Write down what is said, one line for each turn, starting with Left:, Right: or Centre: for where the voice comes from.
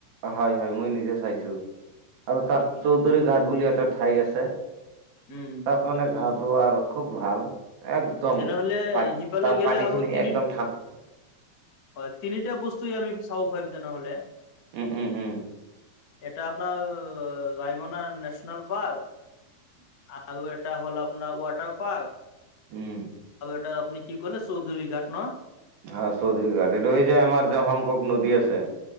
Right: হয় হয় মই নিজে চাইছোঁ আৰু
Left: হয়
Right: তাত
Left: নেকি
Right: চৌধুৰী ঘাট বুলি এটা ঠাই আছে
Left: উম
Right: তাত মানে গা ধুওৱা আৰু খুব ভাল একদম
Left: তেনেহলে
Right: পান
Left: সিফালে
Right: তাৰ
Left: গেলে
Right: পানীখিনি
Left: আৰু তিনি
Right: একদম ঠাণ্ডা
Left: হয় তিনিটা বস্তুয়ে আমি চাব পাৰিম তেনেহলে
Right: উম উম উম
Left: এটা আপোনাৰ ৰায়মনা নেশ্যনেল পাৰ্ক আৰু এটা হ'ল আপোনাৰ ৱাটাৰ পাৰ্ক
Right: উম
Left: এ আপনি কি কৰিলে চৌধৰী ঘাট ন
Right: হা চৌধুৰী ঘাট এইটো ঐ যে আমাৰ য শংকক নদী আছে <unintelligible>